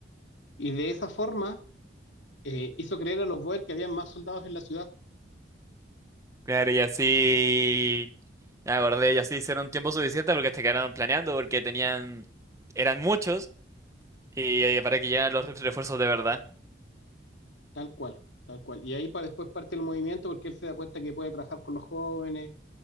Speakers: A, on the left; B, on the right.
A: Y de esa forma eh, hizo creer a los Boer que había más soldados en la ciudad,
B: Claro, y así me acordé, y así hicieron tiempo suficiente porque se quedaron planeando, porque tenían, eran muchos, y eh, para que llegaran los ref- refuerzos de verdad.
A: tal cual, tal cual. Y ahí para después parte el movimiento porque él se da cuenta que puede trabajar con los jóvenes,